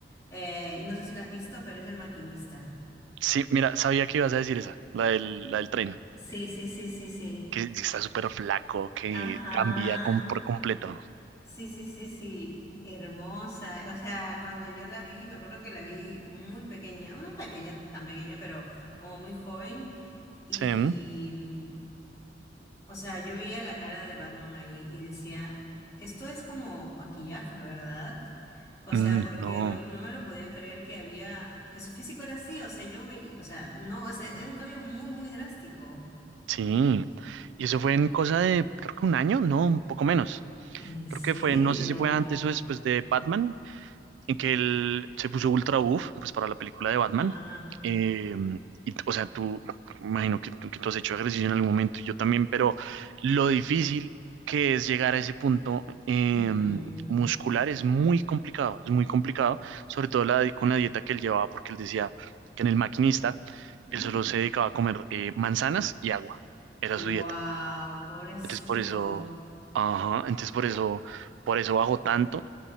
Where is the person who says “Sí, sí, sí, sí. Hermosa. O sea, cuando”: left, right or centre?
Left